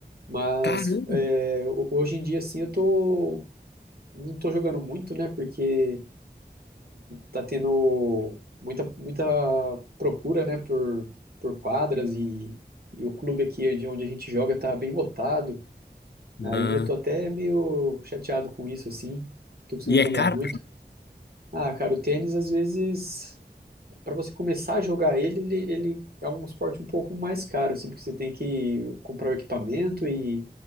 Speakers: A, on the right (about 60°); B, on the left (about 80°).
A: mas
B: Caramba.
A: é, ho- hoje em dia, assim, eu tô, não tô jogando muito, né, porque tá tendo muita, muita procura, né, por, por quadras e, e o clube aqui de onde a gente joga tá bem lotado, Aí
B: Ah,
A: eu tô até meio chateado com isso, assim. Tô conseguindo
B: e é
A: jogar
B: caro?
A: muito. Ah, cara, o tênis, às vezes, para você começar a jogar ele, ele, ele é um esporte um pouco mais caro, assim, porque você tem que comprar o equipamento e